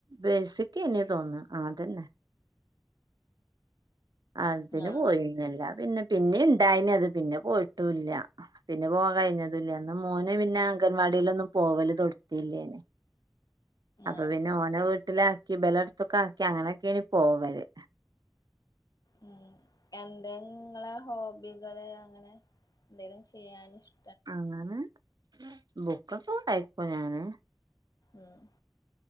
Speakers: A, on the right; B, on the left.
A: ബേസിക്ന്നെ തോന്നുന്നു ആതന്നെ അതിന്
B: ആഹ്
A: പോയിരുന്നില്ല പിന്നെ പിന്നിം ഇണ്ടായിന് അത് പിന്നെ പോയിട്ടുംല്ല പിന്നെ പോകാ കഴിഞ്ഞതല്ല അന്ന് മോന് പിന്നെ അംഗൻവാടി ലൊന്നും പോവല് തൊടത്തില്ലെന് അപ്പ
B: ആഹ്
A: പിന്നെ ഓനെ വിട്ട് വീട്ടിലാക്കി ഇബലടത്തൊക്കെ ആക്കി അങ്ങനെയൊക്കേണ് പോവല്
B: ഉം എന്തെങ്ങളെ ഹോബികള് അങ്ങനെ എന്തെങ്കിലും ചെയ്യാൻ ഇഷ്ട
A: അങ്ങനെ ബുക്കൊക്കെ വായിക്കും ഞാന്
B: ഉം